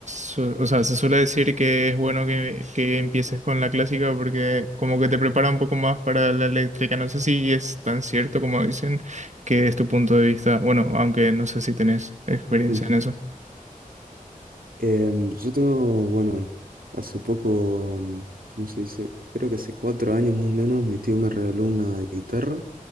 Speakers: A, on the right; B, on the right.
A: su- o sea, se suele decir que es bueno que, que empieces con la clásica porque como que te prepara un poco más para la eléctrica. No sé si es tan cierto como dicen que es tu punto de vista. Bueno, aunque no sé si tenés experiencia
B: Mm.
A: en eso.
B: Em, yo tengo, bueno, hace poco, mm, ¿cómo se dice? Creo que hace cuatro años más o menos, mi tío me regaló una guitarra,